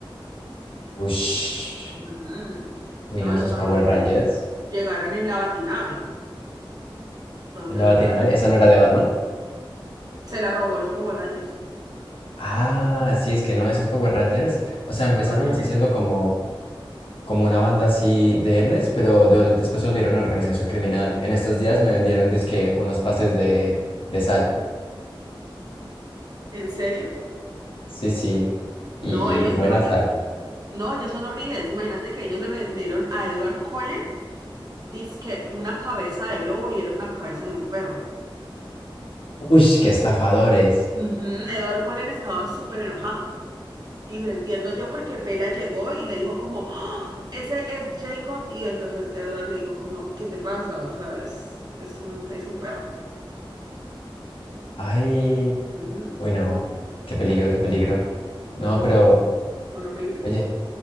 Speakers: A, on the left (about 75°); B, on the right (about 45°).
A: Ush.
B: Ujú.
A: Uy,
B: No,
A: no,
B: los
A: esos
B: Power
A: Power
B: Rangers
A: Rangers.
B: llegaron en la batinave. Entonces
A: En la Batinave,
B: fue bastante
A: ¿esa
B: interesante.
A: no era de Batman?
B: Se la robó los Power Rangers.
A: Ah, sí, es que no, esos Power Rangers, o sea,
B: Ellos
A: empezaron
B: son horribles.
A: así siendo como, como una banda así de héroes, pero de- después se volvieron una organización criminal. En estos días me vendieron, dizque, unos pases de, de sal.
B: ¿En serio?
A: Sí, sí,
B: No,
A: y,
B: ellos
A: y y buena
B: son horribles.
A: sal.
B: No, ellos son horribles. Imagínate que ellos le vendieron a Edward Cullen dizque una cabeza de lobo y era una cabeza de un perro.
A: Uy, qué estafadores.
B: Ujú, Edward Cullen estaba súper enojado. Y lo entiendo yo porque Bella llegó y le dijo como, "¡Ah! ese es Jacob. Y entonces Edward le dijo como, ¿qué te pasa? O sea, es, es un, es un perro.
A: Ay,
B: Mm,
A: uy, no, qué peligro, qué peligro. No,
B: no, los
A: pero,
B: perros son horribles.
A: oye,